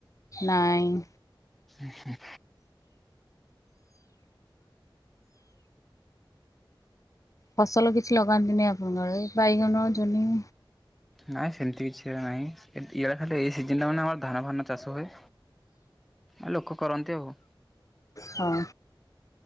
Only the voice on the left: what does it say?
ନାଇଁ।
ଫସଲ କିଛି ଲଗାନ୍ତିନି ଆପଣଙ୍କ ଆଡେ ଏଇ ବାଇଗଣ ଜହ୍ନି।
ହଁ।